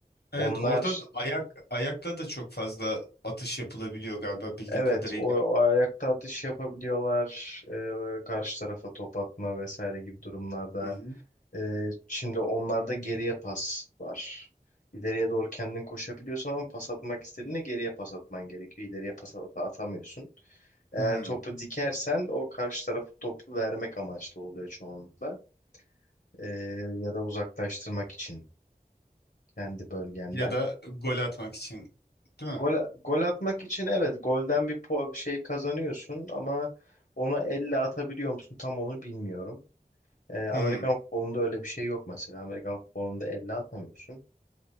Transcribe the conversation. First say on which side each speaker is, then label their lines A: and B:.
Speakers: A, on the left; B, on the left.
A: Evet
B: Onlar
A: orada da ayak ayakla da çok fazla atış yapılabiliyor galiba bildiğim
B: evet
A: kadarıyla.
B: o, o ayakta atış yapabiliyorlar e, karşı tarafa top atma vesaire gibi durumlarda.
A: Hı hı.
B: Ee, şimdi onlarda geriye pas var. İleriye doğru kendin koşabiliyorsun ama pas atmak istediğinde geriye pas atman gerekiyor. İleriye pas at- atamıyorsun. Eğer
A: Hmm.
B: topu dikersen o karşı tarafı topu vermek amaçlı oluyor çoğunlukla. Ee, ya da uzaklaştırmak için kendi bölgenden.
A: Ya da gol atmak için değil
B: Gol,
A: mi?
B: gol atmak için evet golden bir po- şey kazanıyorsun ama onu elle atabiliyor musun tam onu bilmiyorum. Ee, Amerikan
A: Hmm.
B: futbolunda öyle bir şey yok mesela. Amerikan futbolunda elle atamıyorsun.